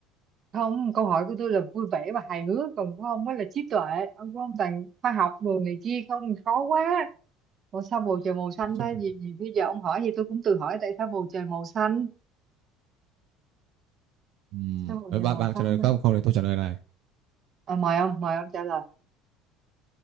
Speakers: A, on the right; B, on the right.
A: Không, câu hỏi của tôi là vui vẻ và hài hước, còn của ông mới là trí tuệ. Ông của ông toàn khoa học đồ này kia không, khó quá. Ủa sao bầu trời màu xanh
B: trong
A: ta
B: cảnh
A: gì, gì bây giờ ông hỏi gì tôi cũng tự hỏi tại sao bầu trời màu xanh
B: Ừm,
A: sao bầu
B: đấy,
A: trời
B: bạn
A: màu
B: bạn có
A: xanh
B: trả lời được
A: ta
B: không không thì tôi trả lời này
A: à, mời ông mời ông trả lời